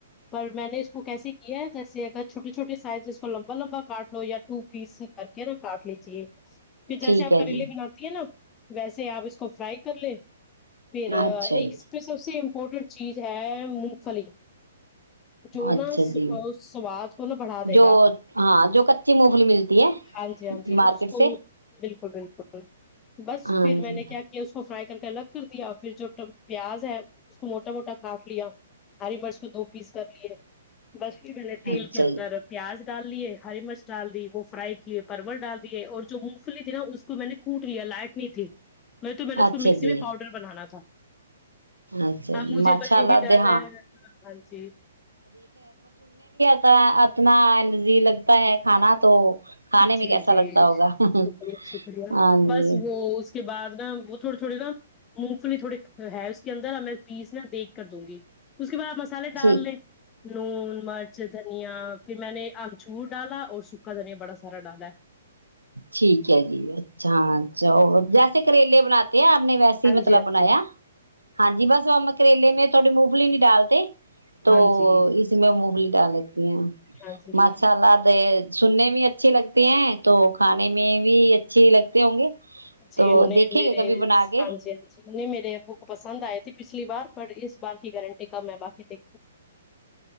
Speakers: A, on the left; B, on the right.
A: پر میں نے اس کو کیسے کیا ہے جیسے اگر چھوٹی چھوٹی سائز جس کو لمبا لمبا کاٹ لو یا ٹو پیس کر کے نا کاٹ لیجیے ج پھر جیسے
B: ٹھیک
A: آپ
B: ہے
A: کریلیے
B: جی
A: بناتی ہیں نا ویسے آپ اس کو فرائی کر لے پھر ایک
B: اچھا جی
A: امپورٹنٹ چیز ہے مونگ پھلی جو
B: اچھا
A: نہا
B: جی
A: سواد کو نہا بڑھا دے
B: جو
A: گا
B: ہاں جو کچی مونگ پھلی ملتی ہے
A: ہاں جی ہاں جی
B: مارکیٹ
A: اس ا
B: سے
A: بالکل ک بالکل بس
B: ہاں
A: پھر میں
B: جی
A: نے کیا کیا اس کو فرائی کر کے الگ کر دیا پھر جو پیاز ہے اس کو موٹا موٹا کاٹ لیا ہری برس کو دو پیس کر لیے بس پھر بنے تیل
B: اچھا
A: کے اندر
B: جی
A: پیاز ڈال دیے ہری مرچ ڈال دی وہ فرائی کیئے پرورل ڈال دیے اور جو جو مونگ پھلی تھی نا اس کو میں نے کوٹ لیا لائٹ نہیں تھی نہیں تو میں نے اس
B: اچھا
A: کو مکسی
B: جی
A: میں پاؤڈر بنانا تھا
B: اچھا
A: ہ
B: جی
A: مجھے
B: ماشاء
A: ب یہی
B: اللہ
A: ڈر رہے ہاں جی
B: ا اتنا الرجی لگتا ہے کھانا تو کھانے
A: جی
B: میں کیسا
A: جی
B: لگتا ہوگا
A: شکریہ شکریہ
B: ہاں جی
A: بس وہ اس کے بعد نا وہ تھوڑی تھوڑی نا مونگ فلی تھوڑے ہے اس کے اندر ا میں پیس نا دیکھ کر دوں گی اس کے بعد آپ مسالے ڈال
B: ٹھیک
A: لیں نون مرچ دھنیا پھر میں نے اچور ڈالا اور سکھا دھیا بڑا سر ڈا ل
B: ٹھیک ہے جی اچھا چا جیسے کریلے بناتے ہیں آپ نے ویسے
A: ہاں
B: مطلب
A: جی ہاں
B: بنایا
A: جی
B: ہاں ج بس وم کریلے میں تھوڑی مونگفلی نہیں ڈالتے تو
A: ہاں جی
B: اس میں مغل ڈال یہ
A: ہاں جی
B: مسالہ د سننے میں اچھے لگتے ہیں تو کھانے میں بھی اچھے لگتے ہوں گے
A: جی
B: تو دیکھیں
A: میر
B: گے کبھی بنا کے
A: ہاں جی ہ جی میرے بک پسند آئے پچھلی بار پر اس بار کی گارنٹی کا میں باقی دیکھوں